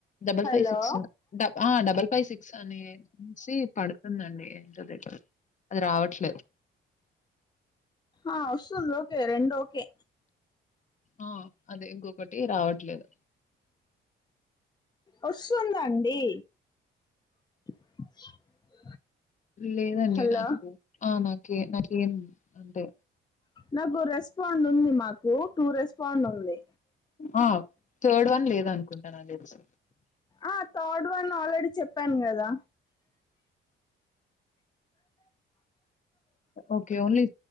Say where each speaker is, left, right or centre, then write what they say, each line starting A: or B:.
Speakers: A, on the left; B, on the left.
A: double
B: hello
A: five six ఆ డబల్ ఫైవ్ సిక్స్ అనిసి పడుతుందండి అంతే అది రావట్లే
B: ఆ వస్తుంది ఓకే రెండూ ఓకే
A: ఆ అదే ఇంకొకటి రావట్లేదు.
B: వస్తుందండీ <unintelligible>
A: లేదండి
B: హలో
A: నాకు ఆ నాకే నాకేం అంటే
B: నాకు రెస్పాండ్ ఉంది మాకు టూ రెస్పాండ్ ఉంది.
A: ఆ థర్డ్ వన్ లేదను అనుకుంటాను నాకు తెలిసి.
B: ఆ థర్డ్ వన్ ఆల్రెడీ చెప్పాను కదా.
A: Okay, only